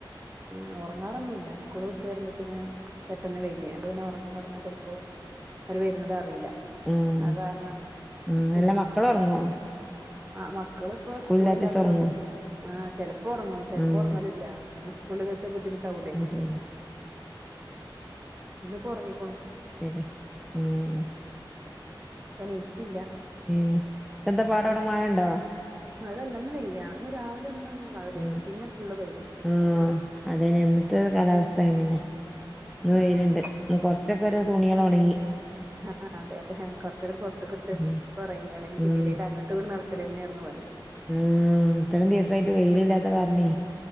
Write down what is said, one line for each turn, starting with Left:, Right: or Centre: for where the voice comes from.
Right: എഹ് ഒറങ്ങാറൊന്നുല്ല സ്കൂൾ വിട്ട് വെരുമ്പത്തിന് പെട്ടെന്ന് വെരുവേ അപ്പ പിന്നെ ഒറങ്ങാൻ കടന്നാ ചെല് പ്പെ ഓര് വെര്ന്നതറീല്ല
Centre: ഉം
Right: ആ കാരണം
Centre: ആഹ് അല്ല
Right: ഇല്ല
Centre: മക്കള് ഉറങ്ങോ
Right: ആഹ് മക്കള് പ്പോ
Centre: സ്കൂളില്ലാത്ത
Right: സ്കൂള് ല്ലാത്തതൊണ്ട്
Centre: ദിവസം ഉറങ്ങോ
Right: ആഹ് ചെല് പ്പോ ഒറങ്ങും ചെല്
Centre: ആഹ്
Right: പ്പൊർങ്ങലില്ല. ഇഞ്സ്കൂള് ല്ലെ ദിവസം ബുദ്ധിമുട്ടാവൂല്ലേ
Centre: അത് ശരി
Right: ഇന്ന്പ്പോർങ്ങിക്ക്ണു.
Centre: ശെര്യാ ഉം
Right: ഇപ്പ നീച്ച്ട്ട്ല്ല.
Centre: ഏഹ് പ്പെന്താ പാട് അവ്ടെ മഴണ്ടോ?
Right: മഴല്ല ന്ന് വെയിലാണ് ന്ന് രാവിലെ ഒന്നും മഴ പെയ്ത്
Centre: ഉം
Right: പിന്നെ ഫുള്ള് വെ
Centre: ആഹ് അതെന്നെ ഇന്നത്തെ കാലാവസ്ഥ അങ്ങനെന്നെ ഇന്ന്
Right: ആഹ്
Centre: വെയ്ല്ണ്ട്. ന്ന് കൊറ്ച്ചൊക്കൊര് തുണികളോണ്ങ്ങി.
Right: ആഹ് അതെ യതെ കൊറ്ച്ചൊക്കെ പൊറ്ത്ത്ക്ക്‌ട്ട്
Centre: ഉം
Right: കൊറെ ഒണങ്ങി
Centre: ഉം
Right: കിട്ടി <unintelligible> ത്ത് ങ്ങട്ട് നട്ക്കലെന്നെർന്നു പണി
Centre: ഉം ഇത്രം ദിവസായിട്ട് വെയില് ല്ലാത്ത കാര്ണേ